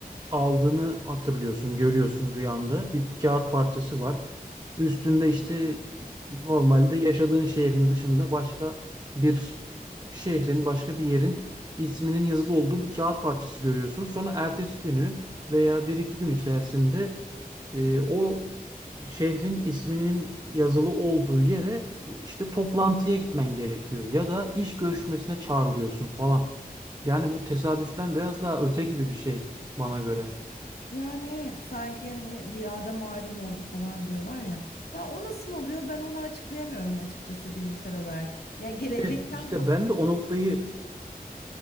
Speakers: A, on the right; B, on the left.
A: aldığını hatırlıyorsun, görüyorsun rüyanda. Bir kağıt parçası var. Üstünde işte normalde yaşadığın şehrin dışında başka bir şehrin, başka bir yerin isminin yazılı olduğu bir kağıt parçası görüyorsun. Sonra ertesi günü veya bir iki gün içerisinde e, o şehrin isminin yazılı olduğu yere işte toplantıya gitmen gerekiyor ya da iş görüşmesine çağrılıyorsun falan. Yani bu tesadüften biraz daha öte gibi bir şey bana göre.
B: Yani evet sanki hani rüyada malum oldu falan diyorlar ya. Ya o nasıl oluyor ben onu açıklayamıyorum açıkçası bilimsel olarak. Yani gelecekten
A: İşte işte
B: ha-
A: ben de o noktayı